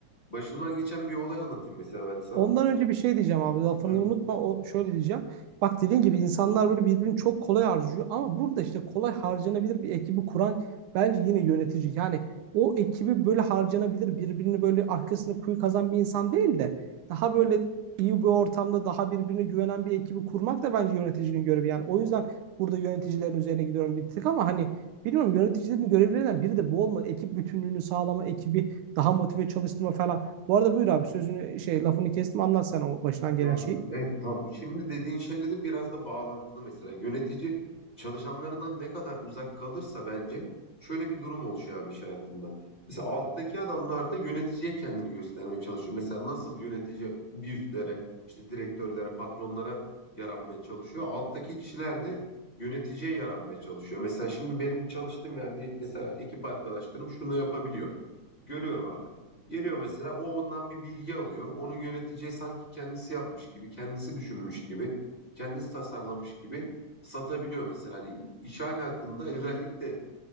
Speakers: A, on the left (about 20°); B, on the right (about 80°).
A: başımdan geçen bir olay anlatayım mesela ben sana.
B: Ondan önce bir şey diyeceğim abi lafını
A: Hı.
B: unutma o şöyle diyeceğim. Bak dediğin gibi insanlar böyle birbirini çok kolay harcıyor ama burada işte kolay harcanabilir bir ekibi kuran bence yine yönetici. Yani o ekibi böyle harcanabilir birbirini böyle arkasını kuyu kazan bir insan değil de daha böyle iyi bir ortamda daha birbirine güvenen bir ekibi kurmak da bence yöneticinin görevi. Yani o yüzden burada yöneticilerin üzerine gidiyorum bir tık ama hani bilmiyorum yöneticilerin görevlerinden biri de bu olma. Ekip bütünlüğünü sağlama, ekibi daha motive çalıştırma falan. Bu arada buyur abi sözünü şey lafını kestim anlat sen o başından
A: Ya
B: gelen
A: aslında
B: şeyi.
A: evet tam. Şimdi dediğin şeyle de biraz da bağlantılı mesela. Yönetici çalışanlarından ne kadar uzak kalırsa bence şöyle bir durum oluşuyor abi iş hayatında. Mesela alttaki adamlar da yöneticiye kendini göstermeye çalışıyor. Mesela nasıl yönetici bir üstlere, işte direktörlere, patronlara yaranmaya çalışıyor. Alttaki kişiler de yöneticiye yaranmaya çalışıyor. Mesela şimdi benim çalıştığım yerde mesela ekip arkadaşlarım şunu yapabiliyor. Görüyorum abi. Geliyor mesela o ondan bir bilgi alıyor. Onu yöneteceği sanki kendisi yapmış gibi, kendisi düşünmüş gibi, kendisi tasarlamış gibi satabiliyor mesela. Hani iş alakında özellikle